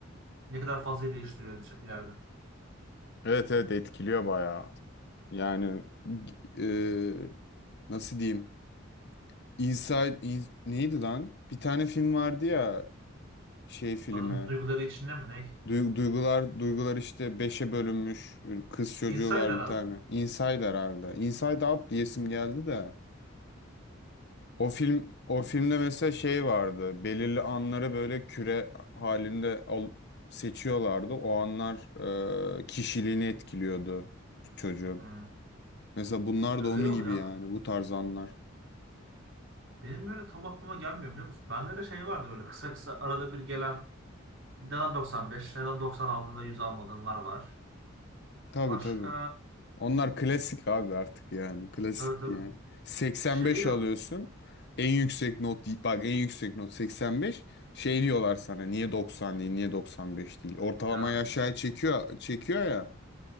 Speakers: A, on the right (about 65°); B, on the left (about 55°).
A: ne kadar fazla değiştiriyor ileride. ileride.
B: Evet evet etkiliyor bayağı. Yani e, nasıl diyeyim? Inside in- neydi lan? Bir tane film vardı ya şey filmi.
A: Adamın duyguları içinde mi ne?
B: Duy- Duygular duygular işte beşe bölünmüş. Kız çocuğu
A: Inside
B: var
A: herhalde.
B: bir tane. Inside herhalde. Inside Out diyesim geldi de. O film o filmde mesela şey vardı. Belirli anları böyle küre halinde al- seçiyorlardı. O anlar e, kişiliğini etkiliyordu çocuğun.
A: Hı.
B: Mesela bunlar
A: Öyle
B: da onun
A: oluyor
B: gibi
A: abi.
B: yani bu tarz anlar.
A: Benim böyle tam aklıma gelmiyor biliyor musun? Bende de şey vardı böyle kısa kısa arada bir gelen neden 95, neden 90 aldığında 100 almadığınlar var.
B: Tabii
A: Başka
B: tabii. Onlar klasik abi artık yani. Klasik
A: tabii tabii.
B: yani. 85
A: Şey
B: alıyorsun. En yüksek not bak en yüksek not 85. Şey diyorlar sana niye 90 değil, niye 95 değil. Ortalamayı
A: ya
B: aşağı
A: ş-
B: çekiyor çekiyor ya.